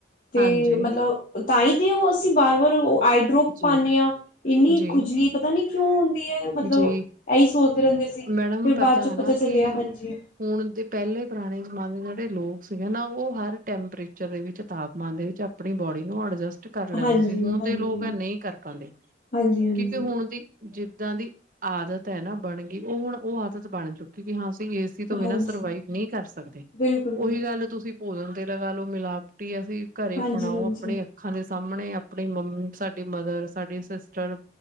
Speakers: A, on the left; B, on the right.
A: ਤੇ
B: ਹਾਂਜੀ
A: ਮਤਲਬ ਤਾਈ ਤੇ ਉਹ ਅਸੀਂ ਬਾਰ -ਬਾਰ ਆਈਡਰੋਪ
B: ਜੀ
A: ਪਾਨੇ ਆਂ, 'ਇੰਨੀ
B: ਜੀ
A: ਖੁਜਲੀ ਪਤਾ ਨੀ ਕਿਉਂ ਹੁੰਦੀ ਹੈ? ਮਤਲਬ
B: ਜੀ
A: ਇਹੀ ਸੋਚਦੇ ਰਹਿੰਦੇ ਸੀ,
B: ਮੈਡਮ
A: ਫੇਰ ਬਾਅਦ ਚੋਂ
B: ਹੈ
A: ਪਤਾ
B: ਨਾ
A: ਚੱਲਿਆ
B: ਕਿ
A: ਹਾਂਜੀ।
B: ਹੁਣ ਦੇ ਪਹਿਲੇ ਪੁਰਾਣੇ ਜ਼ਮਾਨੇ ਦੇ ਜਿਹੜੇ ਲੋਕ ਸੀਗੇ ਨਾ, ਉਹ ਹਰ ਟੈਂਪਰੇਚਰ ਦੇ ਵਿੱਚ ਤਾਪਮਾਨ ਦੇ ਵਿੱਚ, ਆਪਣੀ ਬੋਡੀ ਨੂੰ ਅਡਜਸਟ ਕਰ ਲੈਂਦੇ
A: ਹਾਂਜੀ
B: ਸੀ, ਹੁਣ
A: ਹਾਂਜੀ
B: ਤੇ ਲੋਕ ਇਹ ਨਹੀਂ ਕਰ ਪਾਉਂਦੇ,
A: ਹਾਂਜੀ ਹਾਂਜੀ
B: ਕਿਉਂਕਿ ਹੁਣ ਦੀ, ਜਿੱਦਾਂ ਦੀ ਆਦਤ ਹੈ ਨਾ ਬਣ ਗਈ, ਉਹ ਹੁਣ ਉਹ ਆਦਤ ਬਣ ਚੁੱਕੀ ਕਿ ਹਾਂ ਅਸੀਂ ਏ ਸੀ ਏ ਸੀ ਤੋਂ ਬਿਨਾਂ
A: ਹਾਂਜੀ
B: ਸਰਵਾਈਵ ਨਹੀਂ ਕਰ ਸਕਦੇ,
A: ਬਿਲਕੁਲ
B: ਉਹੀ
A: ਬਿਲਕੁਲ
B: ਗੱਲ ਤੁਸੀਂ ਭੋਜਨ ਤੇ ਲਗਾ ਲਓ, ਮਿਲਾਵਟੀ ਅਸੀਂ ਘਰੇ
A: ਹਾਂਜੀ
B: ਬਣਾਓ
A: ਹਾਂਜੀ
B: ਆਪਣੇ ਅੱਖਾਂ ਦੇ ਸਾਹਮਣੇ, ਆਪਣੀ ਮੰਮੀ ਸਾਡੀ ਮਦਰ, ਸਾਡੀ ਸਿਸਟਰ,